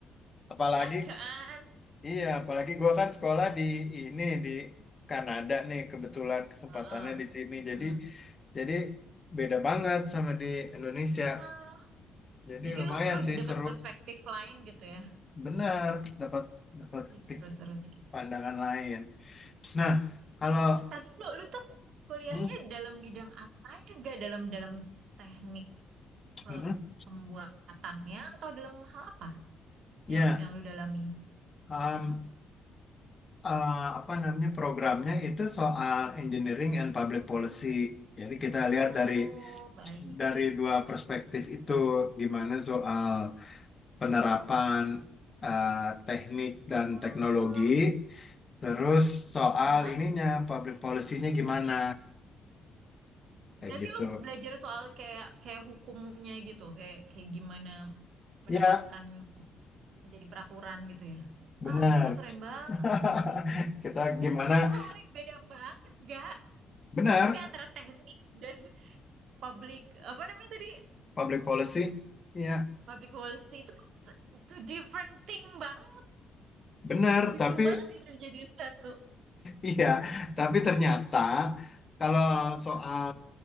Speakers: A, on the left; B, on the right.
A: Apalagi
B: Ya kan?
A: Iya, apalagi gua kan sekolah di ini di Kanada nih kebetulan kesempatannya
B: Heeh.
A: di sini. Jadi
B: Heeh.
A: jadi beda banget sama di Indonesia.
B: Ah,
A: Jadi
B: jadi
A: lumayan
B: lu lu
A: sih
B: dapat
A: seru
B: perspektif lain gitu ya.
A: benar dapat dapat
B: Ih,
A: titik
B: seru seru seru.
A: pandangan lain. Nah, kalau
B: Tadi lu lu tuh kuliahnya
A: hmm,
B: dalam bidang apanya gak dalam dalam teknik pe-
A: hmm,
B: pembuatannya atau dalam hal apa
A: ya
B: yang yang lu dalami?
A: um,
B: Hmm?
A: uh, apa namanya programnya itu soal engineering and public policy. Jadi kita
B: Oh,
A: lihat dari
B: baik.
A: dari dua perspektif itu gimana soal penerapan eh, teknik dan
B: Oh,
A: teknologi, terus soal
B: heeh.
A: ininya, public policy-nya gimana, kayak
B: Berarti
A: gitu.
B: lu belajar soal kayak kayak hukumnya gitu, kayak kayak gimana
A: Ya,
B: menerapkan menjadi peraturan gitu ya.
A: benar.
B: Ah, gila keren banget.
A: <laughs> Kita gimana?
B: Itu kan dua hal yang beda banget, gak?
A: Benar,
B: Maksudnya antara teknik dan public apa namanya tadi?
A: public policy. Ya,
B: Public policy itu kan t- two different thing, Bang.
A: benar,
B: Lucu
A: tapi
B: banget itu dijadiin satu.
A: Iya, tapi ternyata kalau soal
B: Hmm?